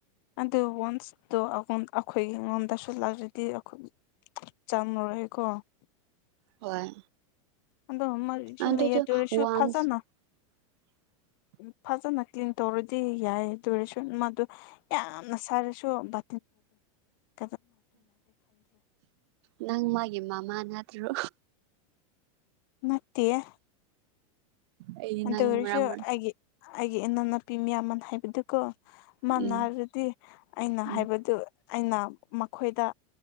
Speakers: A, on the left (about 40°); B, on the right (about 50°).
A: ꯑꯗꯨ ꯋꯥꯟꯁꯇꯣ ꯑꯩꯈꯣꯏꯒꯤ ꯉꯣꯟꯗꯁꯨ ꯂꯩꯔꯗꯤ ꯑꯩꯈꯣꯏ ꯆꯝꯃꯔꯣꯏꯀꯣ
B: ꯍꯣꯏ
A: ꯑꯗꯣ ꯃꯔꯤꯁꯨ
B: ꯑꯗꯨꯁꯨ
A: ꯂꯩꯌꯦ ꯑꯗꯨꯑꯣꯏꯔꯁꯨ
B: ꯋꯥꯟꯁ
A: ꯐꯖꯅ
B: <inaudible>
A: ꯎ ꯐꯖꯅ ꯀ꯭ꯂꯤꯟ ꯇꯧꯔꯗꯤ ꯌꯥꯏ ꯑꯗꯨ ꯑꯣꯏꯔꯁꯨ ꯃꯥꯗꯨ ꯌꯥꯝꯅ ꯁꯥꯔꯁꯨ ꯕꯥ <unintelligible>
B: ꯅꯪ ꯃꯥꯒꯤ ꯃꯥꯃꯥ ꯅꯠꯗ꯭ꯔꯣ
A: ꯅꯠꯇꯤꯌꯦ
B: ꯑꯩꯗꯤ
A: ꯑꯗꯨꯑꯣꯏꯔꯁꯨ
B: ꯅꯪ ꯃꯔꯛ ꯃꯔꯛ
A: ꯑꯩꯒꯤ ꯑꯩꯒꯤ ꯏꯅꯥꯎꯅꯨꯄꯤ ꯃꯌꯥꯝꯃꯅ ꯍꯥꯏꯕꯗꯨꯀꯣ ꯃꯥꯅꯔꯗꯤ
B: ꯎꯝ
A: ꯑꯩꯅ
B: ꯎꯝ
A: ꯍꯥꯏꯕꯗꯨ ꯑꯩꯅ ꯃꯈꯣꯏꯗ